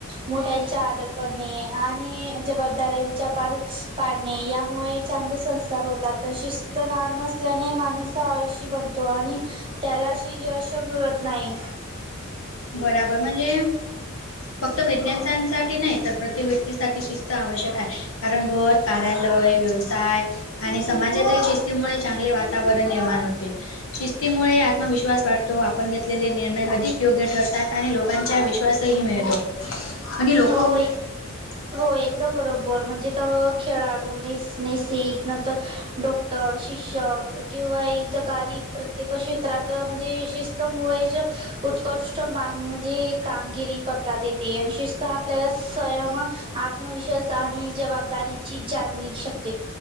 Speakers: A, on the right (about 25°); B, on the left (about 80°).
A: मोठ्यांचा आदर करणे आणि ज बा दऱ्यांच्या पार पाडणे यामुळे चांगले संस्कार होते तात शिस्त ना नसल्याने माणूस आळशी बनतो आणि त्याला यश मिळत नाही
B: बराबर म्हणजे फक्त विैज्ञानसांसाठी नाही तर प्रत्येक व्यक्तीसाठी शिस्त आवश्यक आहे कारण घर कार्यालय व्यवसाय आणि समाजातील शिस्तीमुळे चांगले वातावरण निर्माण होते शिस्तीमुळे आत्मविश्वास वाढतो आपण घेतलेले निर्णय अधिक योग्य ठरतात आणि लोकांचा विश्वासही मिळतो आणि लोक
A: हो एक
B: <inaudible>
A: हो एकदम बरोबर म्हणजे त खेळाडू नस नसिक नंतर डो तर शिक्षक किंवा इथं काही प्रत्येक क्षेत्रात म्हणजे शिस्तमुळे ज उत्कृष्ट माग म्हणजे कामगिरी करतात येते आणि शिस्त आपल्याला स्वयम आत्मविश्वास आणि जबाबदारीची जाणीव शकते